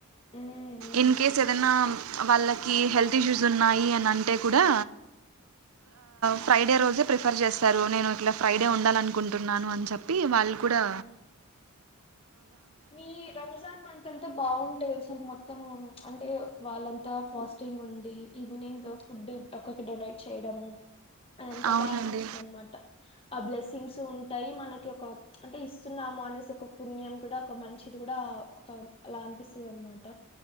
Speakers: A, on the left; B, on the right.
A: ఉమ్, ఉమ్,
B: ఇన్ కేస్ ఏదైనా వాళ్ళకి హెల్త్ ఇష్యూస్ ఉన్నాయి అని అంటే కూడా ఫ్రైడే రోజే ప్రిఫర్ చేస్తారు నేను ఇట్లా ఫ్రైడే ఉండాలనుకుంటున్నాను అని చెప్పి వాళ్ళు పుడా
A: ఉమ్. మీ రంజాన్ అంత అంతా బాగుంటాది అసలు మొత్తం తను అంటే వాళ్ళంతా ఫాస్టింగ్ ఉండి ఈవినింగ్ ఫుడ్ ఒక్క డొనేట్ చేయడము అది ఎంత
B: అవునండి
A: బాగా అనిపిస్తుంది అనమాట ఆ బ్లెస్సింగ్స్ ఉంటాయి మనకి ఒక అంటే ఇస్తున్నాము అనేసి ఒక పుణ్యం కూడా ఒక మంచిది కూడా ఒక అలా అనిపిస్తుంది అనమాట